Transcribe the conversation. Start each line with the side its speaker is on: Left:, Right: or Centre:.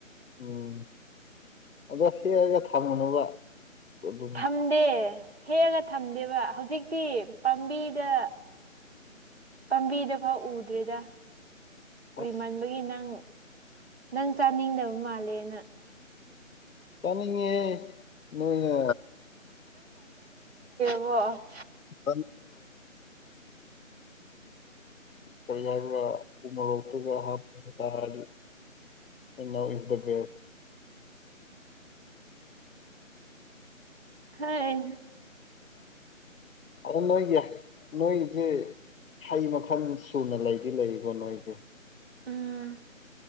Left: ꯎꯝ ꯑꯗꯣ ꯍꯦꯛꯂꯒ ꯊꯝꯒꯅꯨꯕ ꯑꯗꯨꯝ
Right: ꯊꯝꯗꯦ ꯍꯦꯛꯂꯒ ꯊꯝꯗꯦꯕ ꯍꯧꯖꯤꯛ ꯍꯧꯖꯤꯛꯇꯤ ꯄꯥꯝꯕꯤꯗ ꯄꯥꯝꯕꯤꯗ ꯐꯥꯎ ꯎꯗ꯭ꯔꯤꯗ ꯀꯨꯏꯃꯟꯕꯒꯤ
Left: ꯑꯁ
Right: ꯅꯪ ꯅꯪ ꯆꯥꯅꯤꯡꯗꯕ ꯃꯥꯜꯂꯦꯅ
Left: ꯆꯥꯅꯤꯡꯉꯦꯍꯦ ꯅꯣꯏꯅ
Right: ꯑꯣ
Left: <inaudible> ꯀꯔꯤ ꯍꯥꯏꯕ꯭ꯔ ꯎ ꯃꯣꯔꯣꯛꯇꯨꯒ ꯍꯥꯞꯄ ꯆꯥꯔꯗꯤ ꯍꯩꯅꯧ ꯑꯤꯁ ꯗꯥ ꯕꯦꯁ <inaudible> <inaudible>
Right: ꯍꯣꯏ
Left: ꯑꯗꯨ ꯅꯣꯏꯒꯤ ꯅꯣꯏꯁꯦ ꯍꯩ ꯃꯈꯜ ꯁꯨꯅ ꯂꯩꯗꯤ ꯂꯩꯀꯣ ꯅꯣꯏꯁꯦ
Right: ꯑꯥ